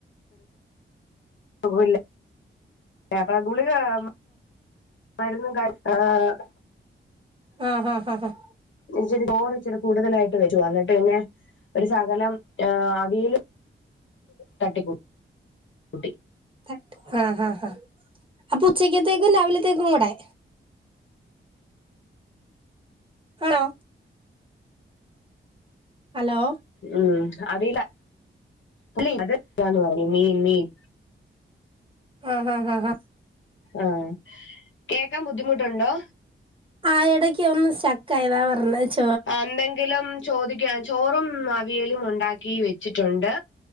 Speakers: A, on the left; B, on the right.
A: സുഖവില്ല <unintelligible> ഗുളിക <unintelligible> മരുന്നും <unintelligible> ഏഹ്
B: ആഹാ ഹ ഹ
A: ഇച്ചിരി ചോറ് ഇച്ചിരെ കൂടുതലായിട്ട് വരുവാ. എന്നിട്ട് പിന്നെ ഒരു സകലം ഏഹ് അവിയല് തട്ടികൂട്ടി.
B: തട്ട് ആഹ്ഹാ ആഹ്ഹാ. അപ്പൊ ഉച്ചക്കത്തേക്കും രാവിലത്തേക്കും കൂടെ. ആണോ. ഹലോ
A: ഉം അവിയല് അല്ല <unintelligible> പറഞ്ഞു മീൻ മീൻ
B: ആഹ്ഹാ ഹാ.
A: ആഹ്. കേക്കാൻ ബുദ്ധിമുട്ടുണ്ടോ?
B: ആഹ് എടക്ക്യ് ഒന്ന് സ്റ്റക്ക് ആയതാ പർഞ്ഞ ച്
A: എന്തെങ്കിലും ചോദിക്കാ ചോറും അവിയലും ഉണ്ടാക്കി വെച്ചിട്ടുണ്ട്.